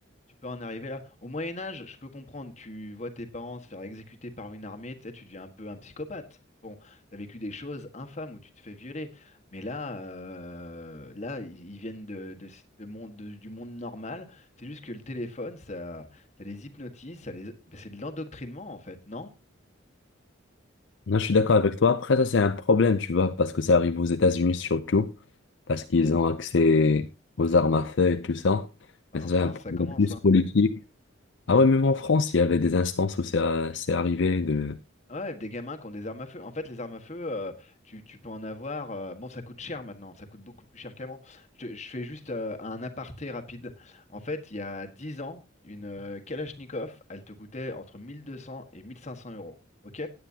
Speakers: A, on the left; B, on the left.
A: tu peux en arriver là? Au Moyen Âge, je peux comprendre, tu vois tes parents se faire exécuter par une armée, tu sais, tu deviens un peu un psychopathe. Bon, t'as vécu des choses infâmes où tu te fais violer. Mais là, euh, là, ils ils viennent de, de- de monde, de- du monde normal. C'est juste que le téléphone, ça, ça les hypnotise, ça les... c'est de l'endoctrinement en fait, non?
B: Non, je suis d'accord avec toi. Après, ça, c'est un problème, tu vois, parce que ça arrive aux États-Unis surtout, parce qu'ils ont accès aux armes à feu et tout ça.
A: Bah,
B: Mais ça,
A: En France,
B: c'est un problème
A: ça commence,
B: plus
A: hein.
B: politique. Ah ouais, même en France, il y avait des instances où c'est c'est arrivé de...
A: Ouais, des gamins qui ont des armes à feu. En fait, les armes à feu, euh, tu, tu peux en avoir. euh, bon, ça coûte cher maintenant, ça coûte beaucoup plus cher qu'avant. Je, je fais juste euh, un aparté rapide. En fait, il y a 10 ans, une euh, Kalachnikov, elle te coûtait entre 1200 et 1500 euros. OK?